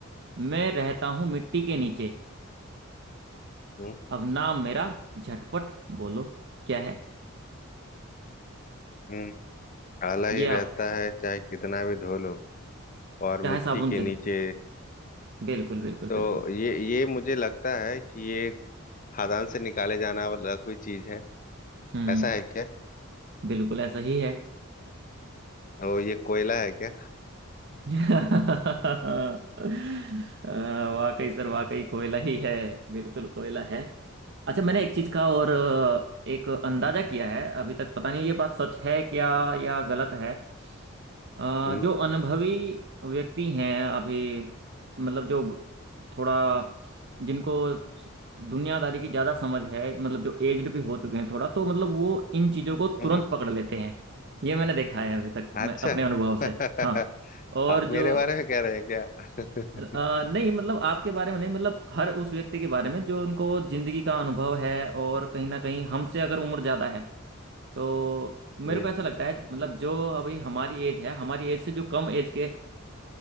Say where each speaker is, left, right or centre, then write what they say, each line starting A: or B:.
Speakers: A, on the right; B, on the left.
A: मैं रहता हूँ मिट्टी के नीचे
B: हम्म,
A: अब नाम मेरा झटपट बोलो क्या है
B: हम्म। काला
A: ये
B: ही रहता
A: आप
B: है चाहे कितना भी धो लो और
A: चाहे
B: मिट्टी
A: साबुन
B: के
A: से
B: नीचे
A: दो बिल्कुल बिल्कुल
B: तो
A: बिल्कुल
B: ये ये मुझे लगता है कि ये खदान से निकाले जाना वाला कोई चीज है
A: हम्म
B: ऐसा है क्या
A: बिल्कुल ऐसा ही है
B: ओ ये कोयला है क्या
A: <laughs> अ, वाकई सर वाकई कोयला ही है बिल्कुल कोयला है अच्छा मैंने एक चीज का और अ, एक अंदाजा किया है अभी तक पता नहीं ये बात सच है क्या या गलत है अ,
B: हम्म
A: जो अनुभवी व्यक्ति हैं अभी मतलब जो थोड़ा जिनको दुनियादारी की ज्यादा समझ है मतलब जो एज्ड भी हो चुके हैं थोड़ा तो मतलब वो इन चीजों को तुरंत
B: हम्म, हम्म।
A: पकड़ लेते हैं ये मैंने देखा है अभी तक मैं
B: अच्छा
A: अपने अनुभव
B: <laughs>
A: से हाँ और
B: आप
A: जो
B: मेरे बारे में कह रहे हैं क्या
A: अ,
B: <laughs>
A: नहीं मतलब आपके बारे में नहीं मतलब हर उस व्यक्ति के बारे में जो उनको जिंदगी का अनुभव है और कहीं ना कहीं हमसे अगर उम्र ज्यादा है तो
B: जी
A: मेरे को ऐसा लगता है मतलब जो अभी हमारी एज है हमारी एज से जो कम एज के